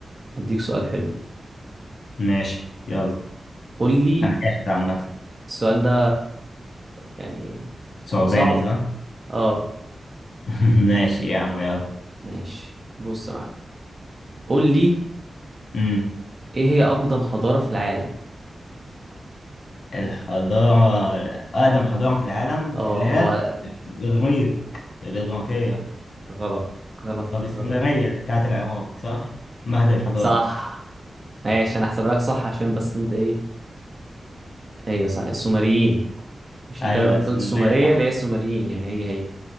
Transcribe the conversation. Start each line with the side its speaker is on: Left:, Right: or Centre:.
Right: اديك سؤال حلو
Left: ماشي يلا
Right: قول لي
Left: انا جاهز عامة
Right: السؤال ده يعني
Left: ثعباني
Right: هو صعب
Left: صح؟
Right: اه
Left: <laughs> ماشي يا عم يلا
Right: ماشي بص يا معلم قول لي
Left: امم
Right: ايه هي اقدم حضارة في العالم
Left: الحضارة أقدم حضارة في العالم
Right: اه
Left: اللي هي
Right: هو
Left: الإغريق الإغريقية
Right: غلط غلط
Left: طب السومرية
Right: غلط
Left: بتاعت العراق صح؟ مهد الحضارة
Right: صح ماشي انا هحسب لك صح عشان بس انت ايه هي صح السومريين مش
Left: أيوه
Right: انت قلت
Left: السومرية
Right: قلت السومرية
Left: صح
Right: اللي هي السومريين يعني هي هي